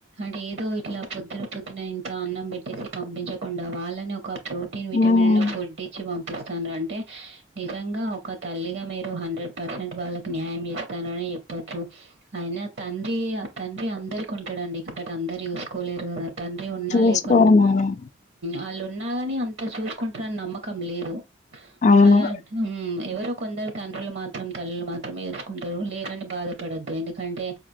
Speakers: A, on the right; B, on the left.
A: అంటే ఏదో ఇట్లా పొద్దున పొద్దున ఇంత అన్నం పెట్టి పంపించకుండా వాళ్ళని ఒక ప్రోటీన్ విటమిన్
B: ఉమ్
A: లో ఫుడ్ ఇచ్చి పంపిస్తారు అంటే నిజంగా ఒక తల్లిగా మీరు హండ్రెడ్ పర్సెట్ వాళ్ళకి న్యాయం చేస్తారని చెప్పచ్చు అయినా తండ్రి ఆ తండ్రి అందరికి ఉంటాడండి బట్ అందరు చూసుకోలేరు కదా తండ్రి ఉన్నా
B: చూసుకోరు
A: లేకున్నా
B: మేడం
A: వాళ్ళు ఉన్నా అగాని అంత చూసుకుంటారని నమ్మకం లేదు
B: అవును
A: అ ఎవరో కొందరు తండ్రులు మాత్రం తల్లు మాత్రమే చూసుకుంటారు లేరని బాధపడద్దు ఎందుకంటే